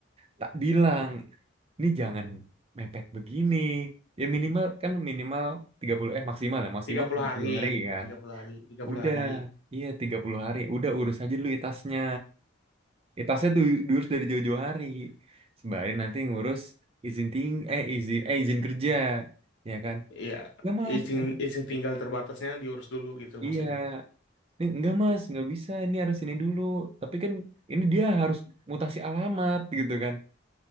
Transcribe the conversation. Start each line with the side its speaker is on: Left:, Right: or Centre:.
Right: Tak bilang ini jangan mepet begini. Ya minimal kan minimal 30 eh maksimal ya, maksimal
Left: tiga puluh
Right: 30
Left: hari,
Right: hari kan.
Left: tiga puluh hari, tiga puluh
Right: Udah,
Left: hari.
Right: iya 30 hari. Udah urus aja dulu itasnya. Itasnya tuh diurus dari jauh-jauh hari. Sembari nanti ngurus izin ting eh izin eh izin kerja, ya kan?
Left: Iya,
Right: Enggak Mas.
Left: izin
Right: En-
Left: izin tinggal terbatasnya diurus dulu gitu
Right: Iya.
Left: maksudnya.
Right: Ini Enggak Mas, nggak bisa. Ini harus ini dulu. Tapi kan ini dia harus mutasi alamat gitu kan.